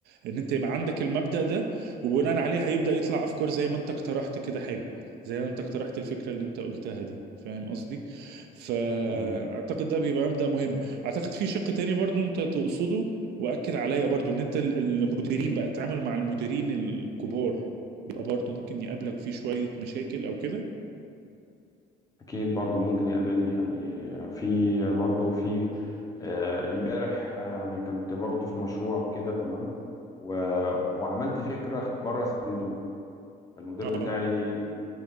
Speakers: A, on the right; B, on the left.
A: ان انت يبقى عندك المبدأ ده وبناء عليه هيبدأ يطلع افكار زي ما انت اقترحت كده حاجة زي ما انت اقترحت الفكرة اللي انت قلتها دي فاهم قصدي فاعتقد
B: تمام.
A: ده بيبقى مبدأ مهم اعتقد في شق تاني برضو انت تقصده واكد عليا برضو ان انت ال- المديرين بقى التعامل مع المديرين الكبار بيبقى برضو ممكن يقابلك فيه شوية مشاكل او كده
B: اكيد برضو ممكن يقابلني يعني آه، في برضو في آه، امبارح آه، يعني كنت برضو في مشروع كده تمام و... وعملت فكرة بره الصندوق المدير
A: اه
B: بتاعي